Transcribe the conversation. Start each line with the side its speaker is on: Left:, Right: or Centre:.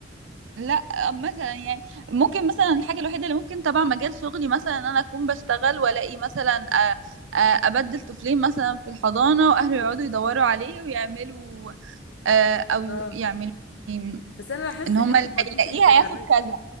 Right: لا مثلا يعني ممكن مثلا الحاجه الوحيده اللي ممكن تبع مجال شغلي مثلا ان انا اكون بشتغل والاقي مثلا آه، آه، ابدل طفلين مثلا في الحضانه واهله يقعدوا
Left: <laughs>
Right: يدوروا عليه ويعملوا آه، او يو-
Left: اه
Right: يعملوا إيه،
Left: بس انا لاحظت
Right: ان هما
Left: ان انت
Right: اللي
Left: ما قلتيش
Right: هيلاقيه
Left: انك هتعملي
Right: هياخد كذا